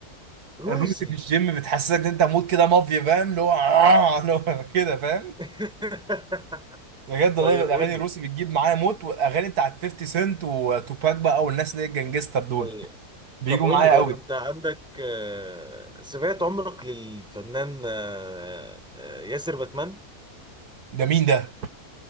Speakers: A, in the centre; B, on the right.
A: روسي
B: الروسي في الجيم بتحسسك ان انت مود كده مافيا فاهم اللي هو <laughs> آه، اللي هو كده فاهم
A: <laughs>
B: بجد
A: طيب
B: والله الاغاني
A: قول لي
B: الروسي بتجيب معايا موت والاغاني بتاعت 50 سنت وتوباك بقى والناس اللي هي الجنجستر دول
A: طيب
B: بيجوا
A: طب قول
B: معايا
A: لي طيب
B: قوي
A: انت عندك آه، سمعت عمرك للفنان آه، آه، ياسر باتمان
B: ده مين ده